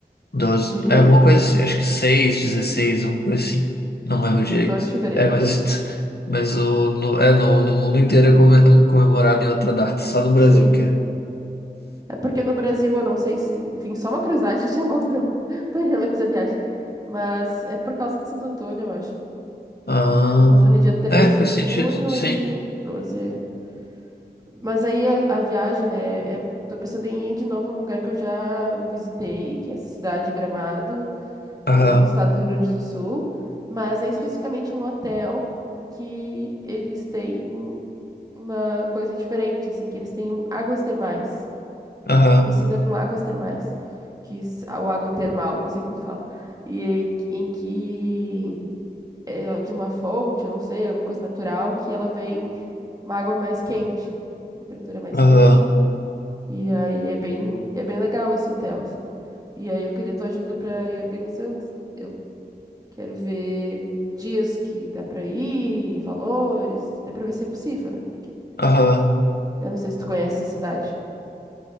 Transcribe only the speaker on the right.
de junho,
14 de fevereiro,
eu acho.
Sim.
É porque no Brasil, eu não sei se. Enfim, só uma curiosidade, <laughs> já volto para <laughs> planejamento da viagem. Mas é por causa de Santo Antônio, eu acho.
Santo Antônio é dia treze
de
junho
e 12. é. Mas aí a, a viagem, né? É, tô pensando em ir de novo num lugar que eu já visitei, que é essa cidade de Gramado,
no, no estado do Rio Grande do Sul. Mas é especificamente um hotel que eles têm uma coisa diferente, assim, que eles têm um, águas termais.
piscina com águas termais, que s- ou água termal, não sei como <laughs> fala, e em que é de uma fonte, eu não sei, alguma coisa natural, que ela vem uma água mais quente, temperatura mais
quente. E aí é bem, é bem legal esse hotel, assim. E aí eu queria tua ajuda pra ir organizando. Eu quero ver dias que dá pra ir, valores, até pra ver se é possível, né? Porque
eu não sei se tu conhece essa cidade.